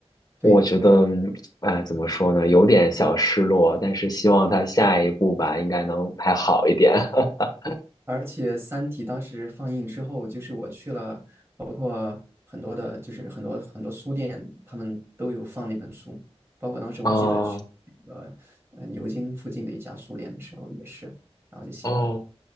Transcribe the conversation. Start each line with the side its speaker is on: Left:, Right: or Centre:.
Right: 对，
Left: 我觉得，嗯哎，怎么说呢，有点小失落，但是希望他下一部吧，应该能拍好一点。<laughs>
Right: 而且《三体》当时放映之后，就是我去了，包括很多的，就是很多很多书店，他们都有放那本书。包括当时我记得去那个呃牛津附近的一家书店的时候也是，
Left: 哦，
Right: 然后就写的
Left: 哦